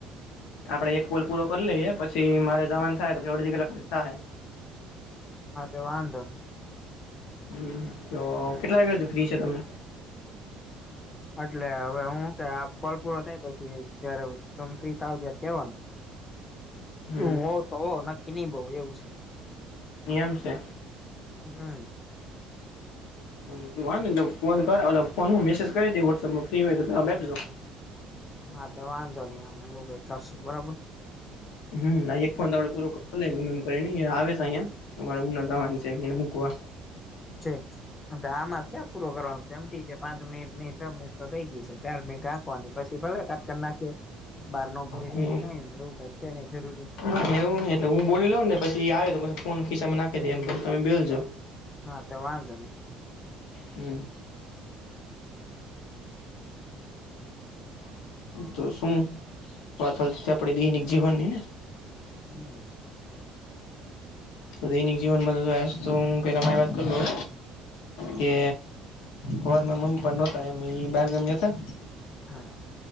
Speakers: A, on the left; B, on the left.
A: આપડે એક કોલ પૂરો કરી લઈએ, પછી મારે જવાનું થાય તો પછી અડધી કલાક થાય.
B: હા તે વાંધો નહી.
A: હ તો કેટલા વાગ્યા ફ્રી છે તમને?
B: એટલે હવે હું કે આ કોલ પૂરો થાય પછી, જ્યારે તમે ફ્રી થાવ ત્યારે કેવાનું.
A: હમ
B: હું હો તો હો નક્કી નહ બઉ એવું છે.
A: એમ છે.?
B: હમ.
A: તું વાંધ ને ફોન કર ઓલા ફોન હું મેસેજ કરી દે વોટ્સઅપમાં ફ્રી હોય તો બેજો <inaudible>
B: હા તો વાંધો નહી અમે એવું કઈ કરશું બરાબર.?
A: હમ એક ફોન તો આપડે પૂરો કરી લે ગમે એમ કરીને ઐ આવે છે અહંયા મારે ઉના જવાની
B: હા
A: છે. તેમને મુકવા.
B: છે. આમાં જ ક્યાં પૂરો કરવાનું છે એમ પાંચ મિનિટ છ મિનટ તો થઈ ગઈ છે ચાર મિનિટ રાખવાની પછી ભલે કર નાખે બહાર ન પૂરી
A: હમ
B: છે તો કઈ એવું ક છે નહી જરૂરી
A: ના એવું નઈ હું બોલીઉ ને પછી આવે તો પછ ફોન ખીચમાં નાખી દે એમ પછી તમે બેલજો
B: હા તો વાંધ નઈ.
A: હમ તો શું વાત હાલતી તી આપડી દૈનિક જીવનની ને
B: હમ.
A: તો દૈનિક જીવનમાં જો તો હું પેલા મારી વાત કર લવ. કે હવારમા મમ્મી પણ નહોતા એમ બાર ગામ ગ્યાતા.
B: હા.